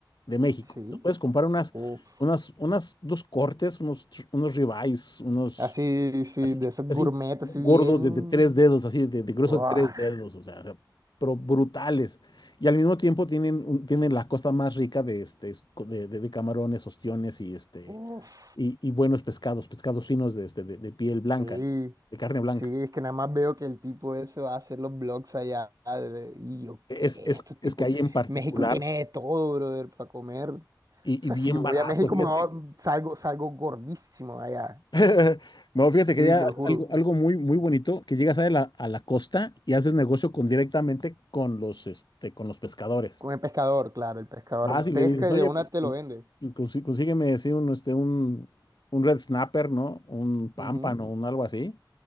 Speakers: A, on the left (about 65°); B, on the right (about 50°).
A: de México.
B: Sí.
A: Tú puedes comprar unas,
B: Uf.
A: unas, unas, dos cortes, unos, tr- unos ribeyes, unos
B: Así, sí,
A: así,
B: de esos
A: así
B: gourmet, así
A: gordos
B: bien.
A: de, de tres dedos, así de, de grueso
B: Uah.
A: de tres dedos, o sea, o sea, pero brutales. Y al mismo tiempo tienen, un- tienen la costa más rica de, este, es- de, de- de camarones, ostiones y, este,
B: Uf.
A: y, y buenos pescados, pescados finos de, este, de, de piel
B: Sí.
A: blanca, ¿no? De carne blanca.
B: Sí, es que nada más veo que el tipo ese va a hacer los blogs allá. de- Y yo,
A: es,
B: ¿qué?
A: es,
B: Estos
A: es
B: tipos.
A: que hay en particular
B: México tiene de todo, brother, para comer. O
A: y,
B: sea,
A: y bien
B: si yo voy
A: barato,
B: a México,
A: fíjate.
B: me voy a- salgo, salgo gordísimo allá.
A: <laughs> No, fíjate
B: Sí,
A: que ya
B: te lo juro.
A: algo, algo muy, muy bonito, que llegas a la, a la costa y haces negocio con, directamente con los, este, con los pescadores.
B: Con el pescador, claro. El pescador
A: Vas y
B: pesca
A: le dices,
B: y
A: oye,
B: de una
A: pues
B: te lo vende.
A: consí- consígueme sí, un, este, un, un red snapper, ¿no? Un pámpano,
B: Ujú.
A: un algo así.